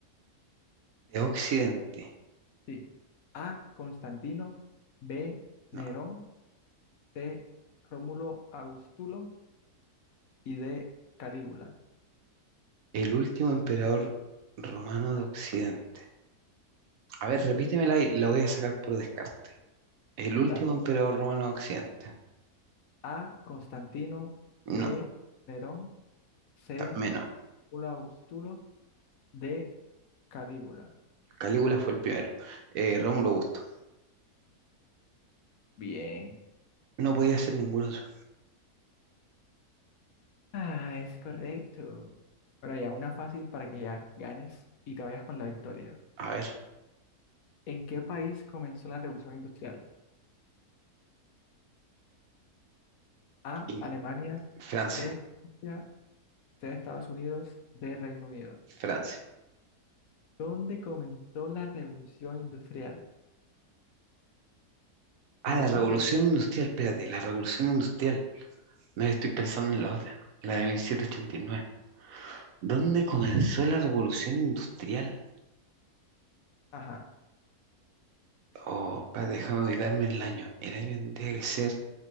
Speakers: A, on the right; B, on the left.
A: De Occidente.
B: Sí. A. Constantino. B.
A: No.
B: Nerón. C. Rómulo Augustulo. Y D. Calígula.
A: El último emperador romano de Occidente. A ver, repítemela y la voy a sacar por descarte. El último
B: Dale.
A: emperador romano de Occidente.
B: A. Constantino.
A: No,
B: B. Nerón. C.
A: ta- menos.
B: Rómulo Augustulo. D. Calígula.
A: Calígula fue el primero. Eh, Rómulo Augusto.
B: Bien.
A: No podía ser ninguno de esos.
B: Ah, es correcto. Pero ya, una fácil para que ya ganes y te vayas con la victoria.
A: A ver,
B: ¿En qué país comenzó la Revolución Industrial? A.
A: y
B: Alemania.
A: Francia.
B: B. Francia. C. Estados Unidos. D. Reino Unido.
A: Francia.
B: ¿Dónde comenzó la Revolución Industrial?
A: Ah,
B: Seguro.
A: la revolución industrial. Espérate, la revolución industrial. No estoy pensando en la otra. La de mil setecientos ochenta y nueve. ¿Dónde comenzó la revolución industrial?
B: Ajá.
A: Oh, pa, déjame ubicarme en el año. El año tendría que ser